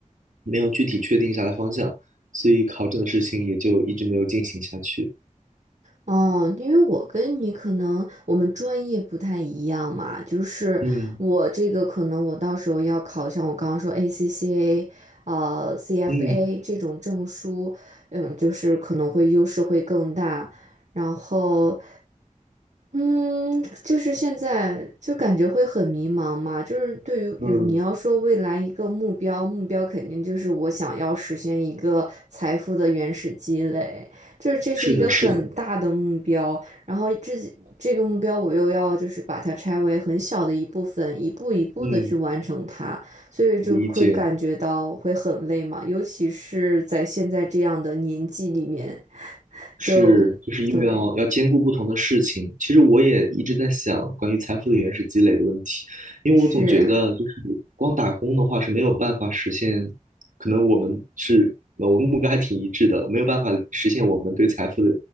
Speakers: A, on the right; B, on the right.
A: 没有具体确定下来方向，所以考证的事情也就一直没有进行下去。
B: 哦，因为我跟你可能我们专业不太一样嘛，就是我这个可能我到时候要考像我刚刚说
A: 嗯
B: ACCA，呃 CFA
A: 嗯，
B: 这种证书，嗯，就是可能会优势会更大。然后嗯，就是现在就感觉会很迷茫嘛，就是对于你要说未来一个目标，
A: 嗯，
B: 目标肯定就是我想要实现一个财富的原始积累，就是这是一个很大的目标，
A: 是的，是的，
B: 然后这这个目标我又要就是把它拆为很小的一部分，一步一步的去完成它，
A: 嗯，
B: 所以就会感觉到会很累嘛，
A: 理解。
B: 尤其是在现在这样的年纪里面，
A: 是，
B: 就对，
A: 就是因为要要兼顾不同的事情。其实我也一直在想关于财富的原始积累的问题，因为我总觉得就是光打工的话是没有办法实现，
B: 是，
A: 可能我们是呃我们目标还挺一致的，没有办法实现我们对财富的，